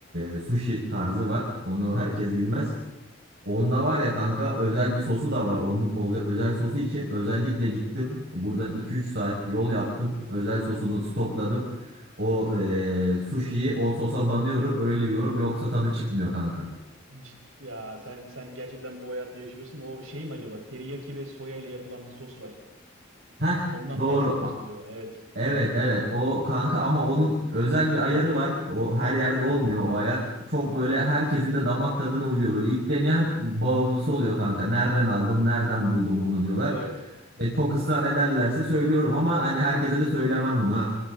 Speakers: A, on the right; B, on the right.
A: E, sushi tarzı var. Onu
B: Evet.
A: herkes bilmez. Onda var ya kanka özel bir sosu da var. Onun oze- özel sosu için özellikle gittim. Buradan iki üç saat yol yaptım. Özel sosunu stokladım. O e, sushi'yi o sosa banıyorum öyle yiyorum yoksa tadı çıkmıyor kanka.
B: Cid- ya sen sen gerçekten bu hayatı yaşıyorsun. O şey mi acaba? Teriyaki ve soya ile yapılan bir sos var.
A: Heh
B: Ondan
A: doğru
B: mı bahsediyorsun acaba? Evet.
A: Evet evet o kanka ama onun özel bir ayarı var. O her
B: Evet.
A: yerde olmuyor o ayar. Çok böyle herkesin de damak tadına uyuyor böyle. İlk deneyen bağımlısı oluyor kanka. Nereden aldın, nereden buldun bunu diyorlar.
B: Evet.
A: E, çok ısrar ederlerse söylüyorum ama hani herkese de söylemem bunu ha.